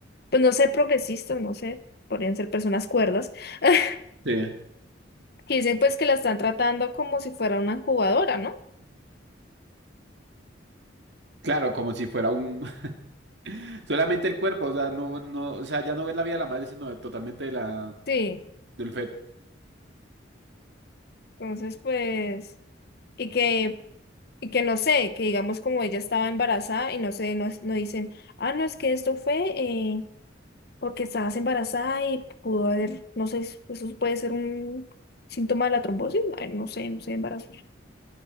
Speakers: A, on the left; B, on the right.
A: pues no sé, progresistas, no sé, podrían ser personas cuerdas, <laughs>
B: sí.
A: que dicen pues que la están tratando como si fuera una incubadora, ¿no?
B: Claro, como si fuera un... <laughs> solamente el cuerpo, o sea, no, no, o sea, ya no ves la vida de la madre, sino de- totalmente de la,
A: Sí,
B: del feto.
A: entonces pues, y que, y que no sé, que digamos como ella estaba embarazada y no sé, no, no dicen, ah, no, es que esto fue... eh, porque estabas embarazada y pudo haber, no sé, eso puede ser un síntoma de la trombosis, ay, no sé, no sé, embarazo.